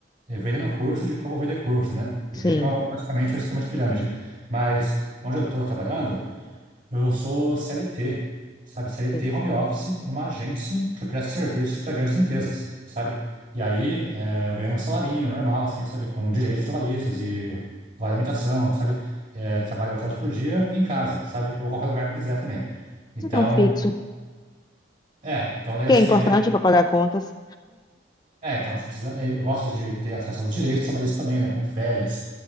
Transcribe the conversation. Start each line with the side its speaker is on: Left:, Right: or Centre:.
Right: é, vendendo curso de como vender curso, né? E
Left: sim.
Right: fica Uhum. basicamente um esquema de pirâmide. Mas onde eu estou trabalhando, eu sou CLT, sabe? CLT
Left: sim.
Right: home office numa agência que presta serviços para grandes empresas, sabe? E aí é, eu ganho um salarinho normal, assim, sabe? Com direitos trabalhistas e vale alimentação, sabe? É, trabalho oito horas por dia em casa, sabe? Ou qualquer lugar que eu quiser também. Então,
Left: Então, fixo.
Right: é. Então, daí,
Left: que
Right: assim,
Left: é importante
Right: a minha
Left: para pagar contas.
Right: É, então, você precisa, é, eu gosto de ter acesso aos direitos trabalhistas também, né, como férias